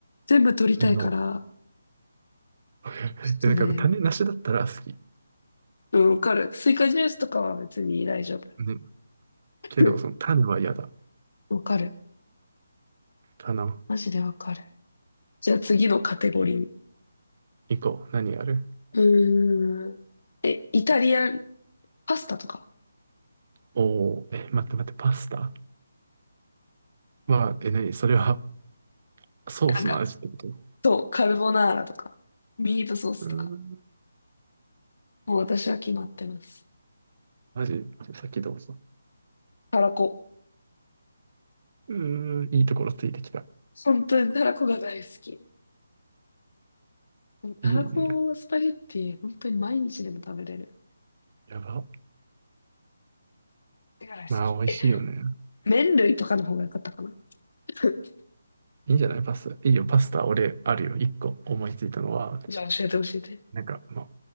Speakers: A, on the left (about 65°); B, on the right (about 40°).
A: 全部取りたいから、
B: No <laughs> わかるでだから種なしだったら好き。
A: ちょっとね、うん、わかる。スイカジュースとかは別に大丈夫。
B: ね、
A: <laughs>
B: けど、その種は嫌だ。
A: わかる。
B: 種、
A: マジでわかる。じゃあ次のカテゴリー。
B: 以降、何がある
A: うーん。え、イタリアンパスタとか
B: おおー、え、待って待って、パスタは、え、何それはソースの味ってことう
A: なんか、そう、カルボナーラとか、ミートソースとか。
B: ーん、
A: もう私は決まってます。
B: マジ、さっきどうぞ。
A: たらこ。
B: うーん、いいところついてきた。
A: 本当にたらこが大好き。でもたらこスパゲッティ、
B: いいね。
A: 本当に毎日でも食べれる。
B: やば。
A: だから好き。
B: まあ、美味しいよね。
A: え、麺類とかの方が良かったかな。<laughs>
B: いいんじゃないパスタ。いいよ、パスタ、俺、あるよ。一個思いついたのは、
A: じゃあ教えて教えて。
B: なんか、まあ、